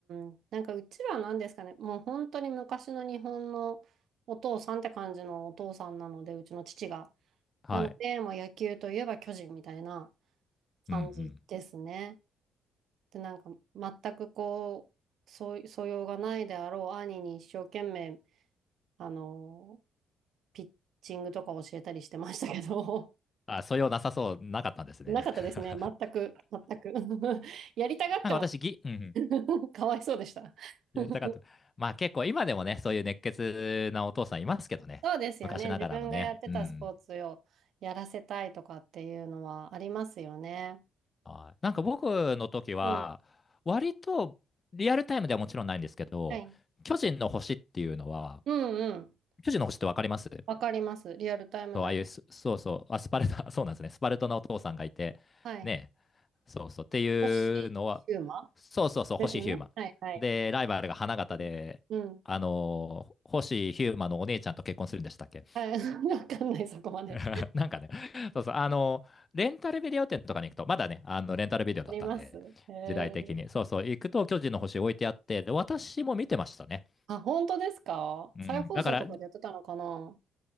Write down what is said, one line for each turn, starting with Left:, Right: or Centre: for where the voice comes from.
Right: ん。なんかうちらは何ですかね、もう本当に昔の日本のお父さんって感じのお父さんなので、うちの父が。
Left: はい。
Right: なので、もう野球といえば巨人みたいな
Left: うんうん。
Right: 感じですね。で、なんか全くこう、そう素養がないであろう兄に一生懸命、あの、ピッチングとか教えたりしてましたけど。
Left: あ、素養なさそう、なかったんですね。
Right: なかったですね。
Left: <laughs>
Right: 全く、全く。<laughs> やりたがっても
Left: なんか私、ぎ、うんうん、
Right: <laughs> かわいそうでした。
Left: やりたかった。
Right: <laughs>
Left: まあ結構今でもね、そういう熱血なお父さんいますけどね。
Right: そうですよね。
Left: 昔ながらのね。
Right: 自分がやってたスポーツをやらせたいとかっていうのはありますよね。
Left: うん。はい。なんか僕の時は、
Right: うん。
Left: 割とリアルタイムではもちろんないんですけど、
Right: はい。
Left: 巨人の星っていうのは、
Right: うんうん。
Left: 巨人の星ってわかります
Right: わかります。リアルタイムだ。
Left: そう、ああいう、そうそう、あ、スパルタ、<laughs> そうなんですね。スパルトのお父さんがいて、
Right: はい。
Left: ねそうそう。っていうのは、
Right: 星ヒューマ
Left: そうそうそう、
Right: ですよね。
Left: 星ヒューマ
Right: はいはい。
Left: ン。で、ライバルが花形で、
Right: うん。うん
Left: あのー星ヒューマンのお姉ちゃんと結婚するんでしたっけ
Right: はい。<laughs> わかんない、そこまで。
Left: <laughs> なんかね、そうそう、あのーレンタルビデオ店とかに行くと、まだね、あのレンタルビデオだったんで、
Right: あります。へえ。
Left: 時代的に。そうそう、行くと巨人の星置いてあって、で、私も見てましたね。
Right: あ、本当ですか再放送とかでやってたのかな
Left: うん、だから、